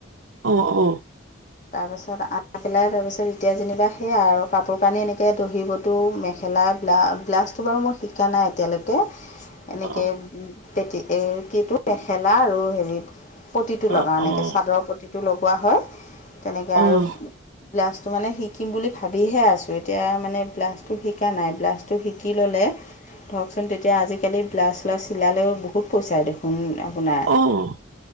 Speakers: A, on the right; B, on the left.
A: অ' অ'
B: তাৰপিছত আনি পেলাই তাৰপিছত এতিয়া যেনিবা সেয়াাই আৰু কাপোৰ কানি এনেকৈ দহি বতো। মেখেলা ব্লা ব্লাউজটো বাৰু মই শিকা নাই এতিয়ালৈকে। এনেকে
A: অ',
B: পেতি কি মেখেলা আৰু হেৰি পতিটো
A: অ',
B: লগাওঁ।
A: অ',
B: ছাদৰ পতিটো লগোৱা হয় তেনেকৈ
A: অ',
B: আৰু। ব্লাউজটো মানে শিকিম বুলি ভাবিহে আছোঁ এতিয়া মানে ব্লাছটো শিকা নাই ব্লাছটো শিকি ল'লে। ধৰকচোন তেতিয়া আজিকালি ব্লাউজ চিলালেও চিলালে বহুত পইচা। উম আপোনাৰ।
A: অ'